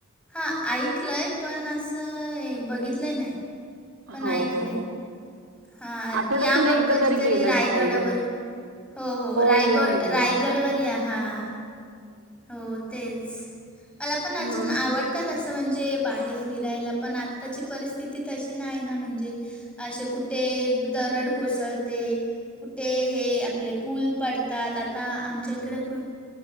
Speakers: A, in the centre; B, on the right.
A: हा ऐकलंय. <unintelligible> पण असं हे बघितलं नाही. <unintelligible> पण
B: हो
A: ऐकलंय.
B: हो हो
A: हां
B: आठवड्यातून
A: या मग
B: एकदा
A: कधीतरी
B: तरी गेलंच
A: रायगडवर
B: पाहिजे.
A: हो हो रायगड
B: येऊ ना येऊ
A: रायगडवर या हा <unintelligible> हो तेच. मला पण अजून
B: ना
A: आवडते. <unintelligible> आ तसं म्हणजे बाहेर फिरायला पण आत्ताची परिस्थिती तशी नाही ना म्हणजे <unintelligible> म्हणजे असे कुठे दरड कोसळते. <unintelligible> कुठे हे आपले पूल पडतात आता आमच्या इकडे पण <unintelligible>